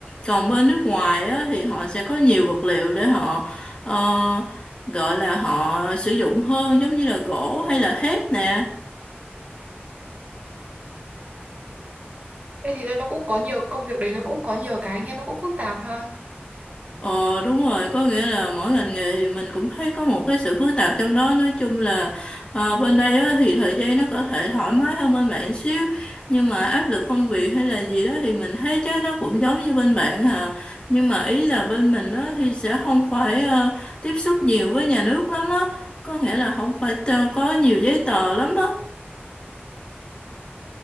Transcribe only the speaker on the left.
còn bên nước ngoài á, thì họ sẽ có nhiều vật liệu để họ ờ, gọi là họ sử dụng hơn giống như là gỗ hay là thép nè
Ờ đúng rồi, có nghĩa là mỗi ngành nghề thì mình cũng thấy có một cái sự phức tạp trong đó. Nói chung là ờ, bên đây á, thì thời gian nó có thể thoải mái hơn bên bạn xíu. Nhưng mà áp lực công việc hay là gì đó thì mình thấy chắc nó cũng giống như bên bạn hà. Nhưng mà ý là bên mình á, thì sẽ không phải ờ, tiếp xúc nhiều với nhà nước lắm á. Có nghĩa là không phải ờ, có nhiều giấy tờ lắm á.